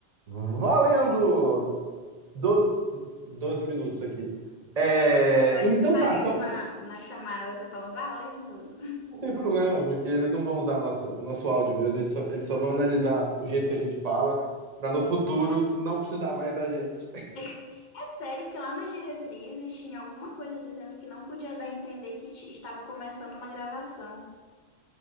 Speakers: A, on the right; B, on the left.
A: Valendo!
B: Bom. <laughs>
A: Do... doze minutos aqui. É,
B: Eu acho
A: Então
B: que saiu
A: tá, então
B: na, na chamada, você falando, valendo.
A: não tem problema, porque eles não vão usar nossa, nosso áudio mesmo, a gente só- eles só vão analisar o jeito que a gente fala, para no futuro não precisar mais da gente.
B: <laughs> É sério, porque lá nas diretrizes tinha alguma coisa dizendo que não podia dar a entender que t- estava começando uma gravação.